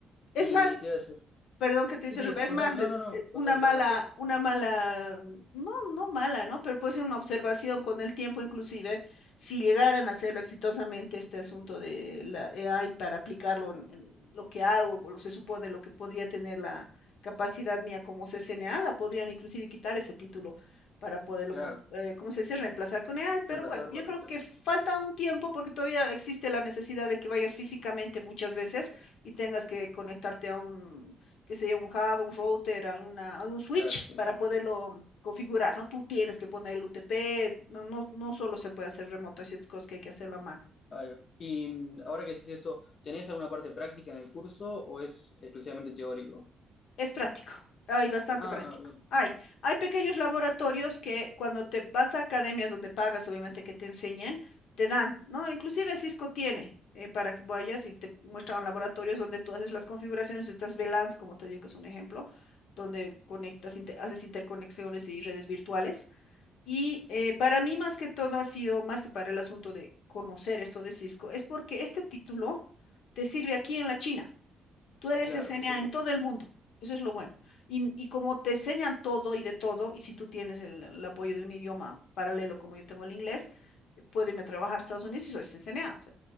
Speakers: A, on the left; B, on the left.
A: Es
B: Y
A: más,
B: te iba a decir,
A: Perdón que te
B: sí,
A: interrumpa,
B: sí,
A: es
B: contame,
A: más, pues,
B: no, no, no,
A: eh, una
B: contame,
A: mala,
B: contame.
A: una mala, no, no mala, ¿no? Pero puede ser una observación con el tiempo, inclusive, si llegaran a hacerlo exitosamente este asunto de la AI para aplicarlo en, en lo que hago, o lo se supone lo que podría tener la capacidad mía como CCNA, la podrían inclusive quitar ese título para poderlo,
B: Claro,
A: com- eh, ¿cómo se dice?, reemplazar con AI, pero
B: reemplazar
A: bueno, yo
B: por,
A: creo
B: claro,
A: que falta un tiempo porque todavía existe la necesidad de que vayas físicamente muchas veces y tengas que conectarte a un qué sé yo, un hub, un router, alguna, algún switch
B: claro, sí.
A: para poderlo configurar, ¿no? Tú tienes que poner el UTP, no, no, no solo se puede hacer remoto, hay ciertas cosas que hay que hacerlo a mano.
B: Ahí va. Y mm, ahora que decís esto, ¿tenés alguna parte práctica en el curso o es exclusivamente teórico?
A: Es práctico, hay bastante
B: Ah,
A: práctico.
B: ah, bien,
A: Hay, hay pequeños laboratorios que cuando te vas a academias donde pagas, obviamente, que te enseñen, te dan, ¿no? Inclusive Cisco tiene eh, para que vayas y te muestran laboratorios donde tú haces las configuraciones de estas VLANs, como te digo que es un ejemplo, donde conectas, inter- haces interconexiones y redes virtuales Y eh, para mí más que todo ha sido, más que para el asunto de conocer esto de Cisco, es porque este título te sirve aquí en la China. Tú eres
B: claro,
A: SNA
B: sí,
A: en
B: sí.
A: todo el mundo. Eso es lo bueno. Y, y como te enseñan todo y de todo, y si tú tienes el, el apoyo de un idioma paralelo como yo tengo el inglés, eh, puedo irme a trabajar a Estados Unidos y soy SNA. O sea,